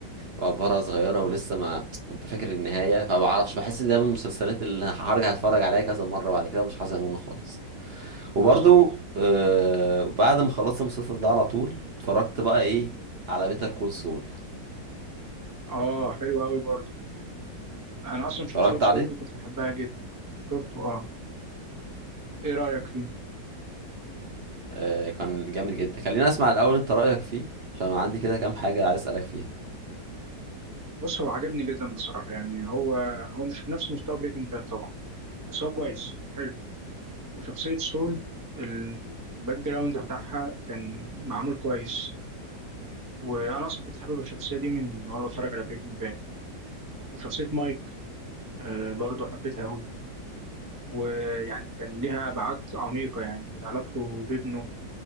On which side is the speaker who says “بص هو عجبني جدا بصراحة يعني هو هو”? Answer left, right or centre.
Right